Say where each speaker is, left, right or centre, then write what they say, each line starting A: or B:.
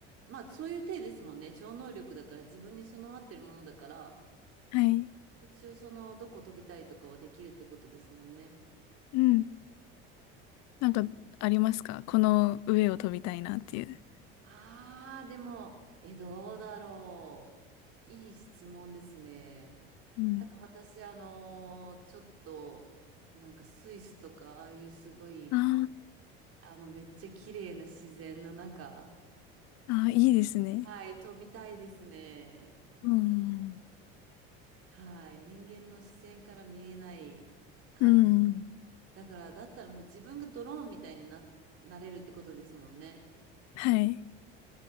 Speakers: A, on the right; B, on the left.
A: まあそういう体ですもんね。超能力だから自分に備わってるものだから、
B: あ、はい。
A: 一応そのどこ飛びたいとかはできるってことですもんね。
B: うん。なんか、
A: だからま
B: ありますかこの上を飛びたいなっていう。
A: ああ、でも、え、どうだろう。いい質問ですね。
B: うん。
A: なんか私、あのーちょっと、なんかスイスとか、ああいうすごい、
B: あ
A: あの、めっちゃ綺麗な自然の中、
B: あ、ああ、いいですね。
A: はい、飛びたいですね。
B: うん。
A: はい、人間の視線から見れない感じ。
B: うん。
A: だから、だったらもう自分がドローンみたいにな、なれるってことですもんね。
B: はい。